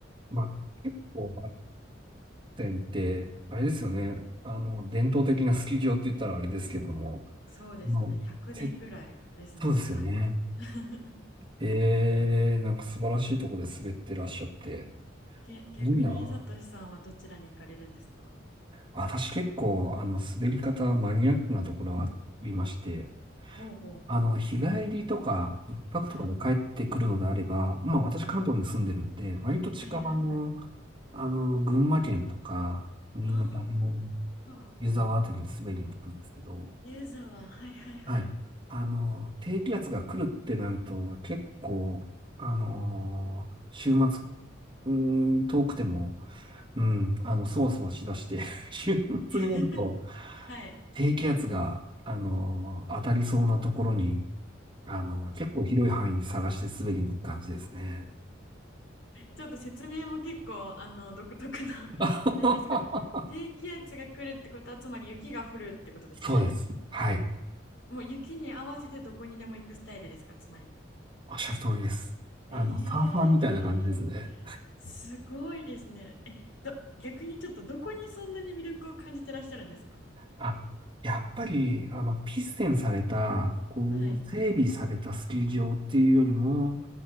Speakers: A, on the right (about 25°); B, on the left (about 75°).
A: まあ、結構、バンテンって、あれですよね。あの、伝統的なスキー場って言ったらあれですけども、
B: そうですね。
A: あの、
B: 100年ぐらいですね。
A: せそうですよね。
B: はい。<laughs>
A: ええなんか素晴らしいとこで滑ってらっしゃって、
B: げ逆にサトシさんはどちらに行かれるんですか
A: いいな。私結構、あの、滑り方マニアックなところがありまして、
B: ほうほうほう。
A: あの、日帰りとか、一泊とかで帰ってくるのであれば、
B: はい。
A: まあ私関東に住んでるんで、
B: はい。
A: 割と近場の、
B: はいはいはい。
A: あの、群馬県とか、新潟の
B: ああ、
A: 湯沢あたりに滑りに行くんですけど、
B: ユーザーは、はいはいはい。
A: はい。あの、低気圧が来るってなると、結構、あの、週末、うーん、遠くても、うん、あの、そわそわしだして <laughs> 週末になると、
B: <laughs> はい。
A: 低気圧が、あの、当たりそうなところに、あの、結構広い範囲に探して滑りに行く感じですね。
B: ちょっと説明も結構、あの、独特な、
A: <laughs>
B: <laughs> 何ですか。低気圧が来るってことは、つまり雪が降るってことですよね。
A: そうです。はい。
B: もう雪に合わせてどこにでも行くスタイルですか、つまり。
A: おっしゃる通りです。あの、
B: え
A: サーファーみたいな感じですね。
B: えすごいですね。え、ど、逆にちょっとどこにそんなに魅力を感じてらっしゃるんですか
A: あ、やっぱり、あの、ピステンされた、こう、
B: はい。
A: 整備されたスキー場っていうよりも、